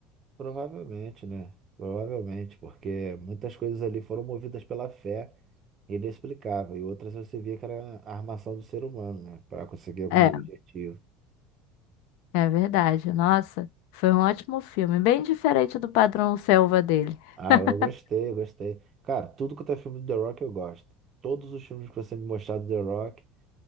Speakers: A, on the right; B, on the left.
A: Provavelmente, né? Provavelmente, porque muitas coisas ali foram movidas pela fé inexplicável, e outras você via que era a armação do ser humano, né? Para conseguir algum
B: É.
A: objetivo.
B: É verdade. Nossa, foi um ótimo filme, bem diferente do padrão Selva dele.
A: Ah,
B: <laughs>
A: eu gostei, eu gostei. Cara, tudo quanto é filme do The Rock eu gosto. Todos os filmes que você me mostrar do The Rock,